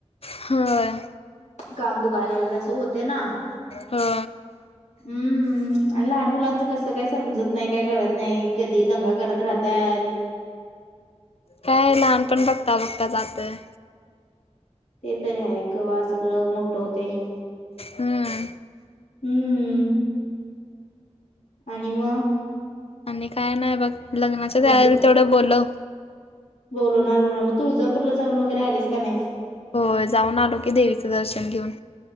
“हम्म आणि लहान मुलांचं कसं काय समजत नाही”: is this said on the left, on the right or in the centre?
Left